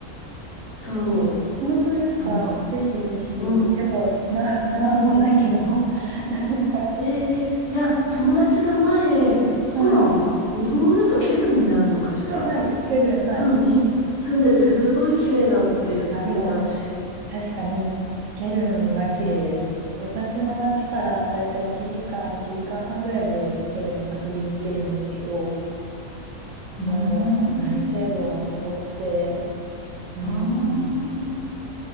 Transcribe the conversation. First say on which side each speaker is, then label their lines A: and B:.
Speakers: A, on the left (about 55°); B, on the right (about 70°).
A: そう、
B: 本当ですかぜひぜひ。
A: あの、うん。
B: でも、な、<laughs> なんもないけど、<laughs> なんか、
A: ええ、いや、友達が前、コロン、
B: はい。
A: 日本語だとケルンになるのかしら。
B: はいはい、ケルン、はい。
A: うん、に住んでてすごい綺麗だって言ってたし。
B: あ、でも、確かに、ケルンは綺麗です。私の町からだいたい1時間、1時間半ぐらいでケルン遊びに行けるんですけど、もう大聖堂はすごくて、
A: うーん。
B: うん、
A: ああ。